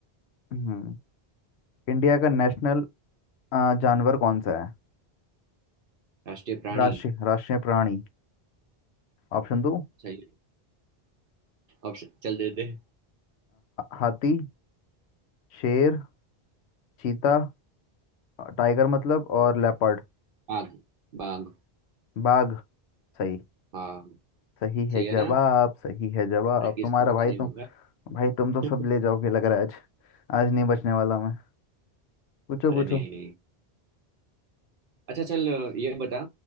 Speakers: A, on the left (about 85°); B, on the right (about 60°).
A: हम्म इंडिया का नेशनल अ, जानवर कौन सा है
B: राष्ट्रीय प्राणी
A: राष्ट्रीय राष्ट्रीय प्राणी ऑप्शन दो
B: सही ऑप्शन चल देते हैं।
A: हाथी शेर चीता अ, टाइगर मतलब और लेपर्ड
B: बाघ बाघ
A: बाघ सही
B: हाँ
A: सही है
B: सही है
A: जवाब
B: ना
A: सही है जवाब
B: अरे किसको
A: तुम्हारा
B: पता
A: भाई
B: नहीं
A: तुम
B: होगा
A: भाई तुम
B: <laughs>
A: तो सब ले जाओगे लग रहा है आज आज नहीं बचने वाला मैं पूछो
B: अरे
A: पूछो
B: नहीं नहीं अच्छा चल ये बता